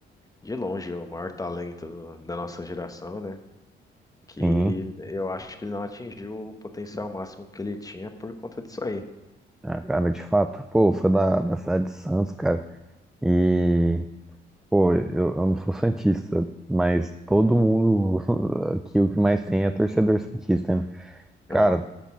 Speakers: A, on the left (about 15°); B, in the centre.
A: de longe é o maior talento do- da nossa geração, né? Que
B: Sim,
A: eu acho que ele não atingiu o potencial máximo que ele tinha por conta disso aí.
B: ah, cara, de fato, pô, eu sou da, da cidade de Santos, cara, e, pô, eu, eu não sou santista, mas todo mundo <laughs> aqui o que mais tem é torcedor santista, né? Cara,
A: Aham.